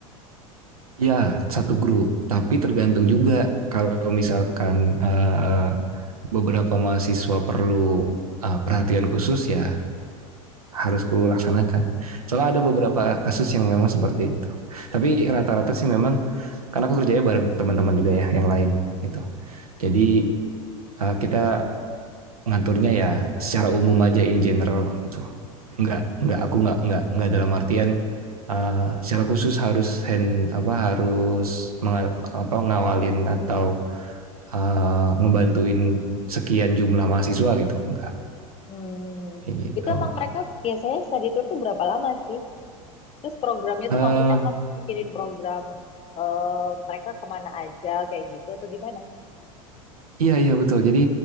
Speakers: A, on the right (about 85°); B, on the left (about 35°).
A: Ya satu grup. Tapi tergantung juga kalau misalkan eh, beberapa mahasiswa perlu eh, perhatian khusus ya harus kulaksanakan. Soalnya ada beberapa kasus yang memang seperti itu. Tapi rata-rata sih memang karena aku kerjanya bareng teman-teman juga ya yang lain gitu. Jadi eh, kita ngaturnya ya secara umum aja in general gitu. Enggak, enggak aku enggak enggak enggak dalam artian eh, secara khusus harus hand apa harus menga- apa ngawalin atau eh, ngebantuin sekian jumlah mahasiswa gitu. Enggak
B: Hmm,
A: kayak
B: itu
A: gitu.
B: emang mereka biasanya study tour tuh berapa lama sih? Terus programnya
A: Eh
B: tuh maksudnya kamu bikinin program eh mereka kemana aja kayak gitu atau gimana?
A: iya iya betul. Jadi